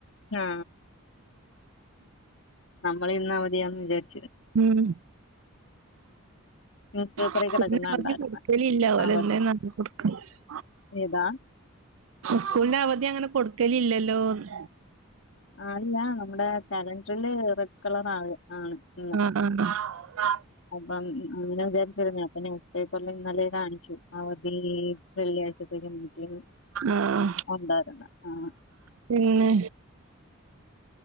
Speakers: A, on the left (about 60°); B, on the right (about 70°).
A: ആ നമ്മള് ഇന്ന് അവധിയാന്ന് വിചാരിച്ച
B: ഉം
A: ന്യൂസ് പേപ്പറിൽ
B: സ്കൂളിന്
A: കിടക്കുന്ന കണ്ടായിരുന്ന്
B: അവധി കൊടുക്കലില്ല ഓൽ
A: അവധി
B: എന്തേന്ന് ആവോ കൊടു <unintelligible>
A: ഏതാ
B: സ്കൂൾന് അവധി അങ്ങനെ കൊടുക്കലില്ലല്ലോന്ന്
A: ആല്ല നമ്മുടെ കലണ്ട്ര് ല് റെഡ് കളറ ആണ് ആണ് ഇന്ന്
B: ആ ആ
A: അപ്പം അങ്ങനെ വിചാരിച്ചിരുന്നു അപ്പ ന്യൂസ് പേപ്പർൽ ഇന്നലെ കാണിച്ചു അവധി വെള്ളിയാഴ്ചത്തേക്ക് നീട്ടീന്ന്
B: ആഹ്
A: ഉണ്ടായിരുന്ന് ആ
B: പിന്നെ